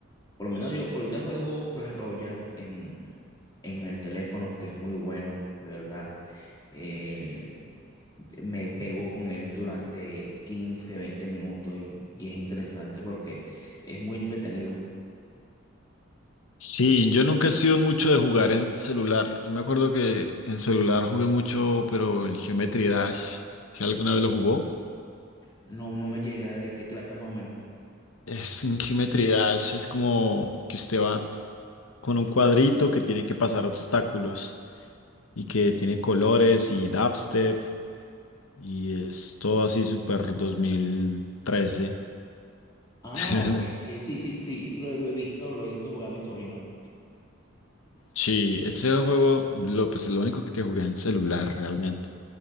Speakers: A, on the left; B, on the left.
A: Por lo menos yo ahorita juego Clash Royale en, en el teléfono, que es muy bueno, de verdad. Eh, me pego con él durante 15 20 minutos y, y es interesante porque es muy entretenido.
B: Sí, yo nunca he sido mucho de jugar en celular. Yo me acuerdo que en celular jugué mucho, pero el Geometry Dash, si alguna vez lo jugó,
A: No, no me llega de qué trata más o menos.
B: es un Geometry Dash, es como que usted va con un cuadrito que tiene que pasar obstáculos y que tiene colores y dubstep y es todo así súper 2013.
A: Ah,
B: <laughs>
A: ok. eh, sí, sí, sí, lo, lo he visto, lo he visto jugar a mi sobrino.
B: Sí, ese juego, lo, pues lo único que jugué en celular realmente.